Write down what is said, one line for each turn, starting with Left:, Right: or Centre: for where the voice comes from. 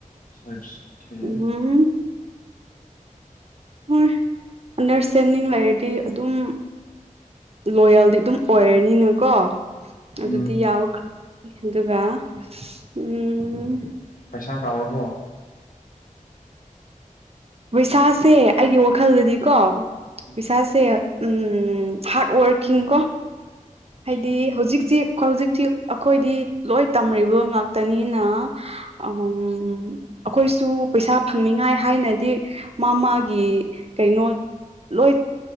Left: <inaudible> ꯑꯣꯈꯦ
Right: ꯎꯝ ꯍꯣꯏ ꯑꯟꯗꯔꯁꯇꯦꯟꯗꯤꯡ ꯂꯩꯔꯗꯤ ꯑꯗꯨꯝ ꯂꯣꯌꯦꯜꯗꯤ ꯑꯗꯨꯝ ꯑꯣꯏꯔꯅꯤꯅꯀꯣ ꯑꯗꯨꯗꯤ
Left: ꯎꯝ
Right: ꯌꯥꯎꯈ꯭ꯔꯦ ꯑꯗꯨꯒ ꯎꯝ
Left: ꯄꯩꯁꯥ ꯀꯥꯎꯔꯕꯣ
Right: ꯄꯩꯩꯁꯥꯁꯦ ꯑꯩꯒꯤ ꯋꯥꯈꯜꯗꯗꯤꯀꯣ
Left: ꯎꯝ
Right: ꯄꯩꯁꯥꯁꯦ ꯎꯝ ꯍꯥꯔꯠ ꯋꯥꯔꯀꯤꯡ ꯀꯣ
Left: ꯑꯠꯁꯥ
Right: ꯍꯥꯏꯗꯤ ꯍꯧꯖꯤꯛꯁꯤ ꯍꯧꯖꯤꯛꯁꯤ ꯑꯩꯈꯣꯏꯗꯤ ꯂꯣꯏ ꯇꯝꯔꯤꯕ ꯉꯥꯛꯇꯅꯤꯅ ꯑꯝ ꯑꯩꯈꯣꯏꯁꯨ ꯄꯩꯁꯥ ꯐꯪꯅꯤꯡꯉꯥꯏ ꯍꯥꯏꯅꯗꯤ ꯃꯥ ꯃꯥꯒꯤ ꯀꯩꯅꯣ ꯂꯣꯏ